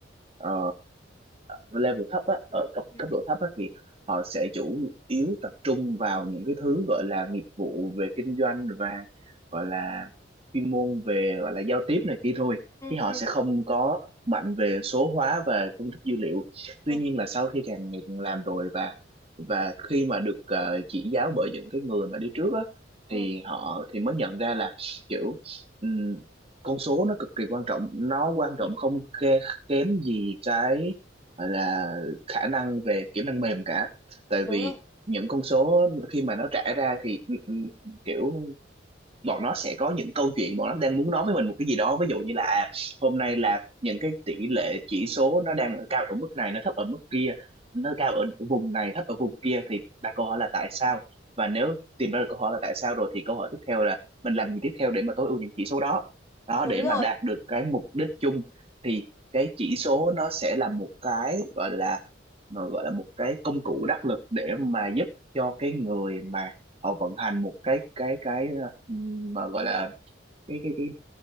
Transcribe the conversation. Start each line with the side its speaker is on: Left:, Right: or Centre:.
Right: ờ, ở level thấp á, ở cấp
Left: ừ,
Right: cấp độ thấp á, thì họ sẽ chủ yếu tập trung vào những cái thứ gọi là nghiệp vụ về kinh doanh và gọi là chuyên môn về gọi là giao tiếp này kia thôi
Left: ừ,
Right: chứ họ
Left: ừ,
Right: sẽ không có mạnh về số hóa và phân tích dữ liệu tuy
Left: ừ,
Right: nhiên là sau khi càng ngày càng làm rồi và và khi mà được ờ, chỉ giáo bởi những cái người mà đi trước á
Left: ừ,
Right: thì họ thì mới nhận ra là kiểu ừm, con số nó cực kỳ quan trọng nó quan
Left: ừ.
Right: trọng
Left: đúng
Right: không kém kém gì cái gọi là khả năng về kỹ năng mềm cả tại
Left: đúng
Right: vì
Left: rồi
Right: những con số khi mà nó trả ra thì ừ, ừ, kiểu bọn nó sẽ có những câu chuyện bọn nó đang muốn nói với mình một cái gì đó ví dụ như là à, hôm nay là những cái tỷ lệ chỉ số nó đang ở cao ở mức này nó thấp ở mức kia nó cao ở vùng này thấp ở vùng kia thì đặt câu hỏi là tại sao và nếu tìm ra được câu hỏi là tại sao rồi thì câu hỏi tiếp theo là mình làm gì tiếp theo để mà tối ưu những chỉ số đó đó
Left: đúng
Right: để
Left: rồi
Right: mà đạt được cái mục đích chung thì cái chỉ số nó sẽ là một cái gọi là mà gọi là một cái công cụ đắc lực để mà giúp cho cái người mà họ vận hành một cái cái cái ừm, mà gọi là cái cái cái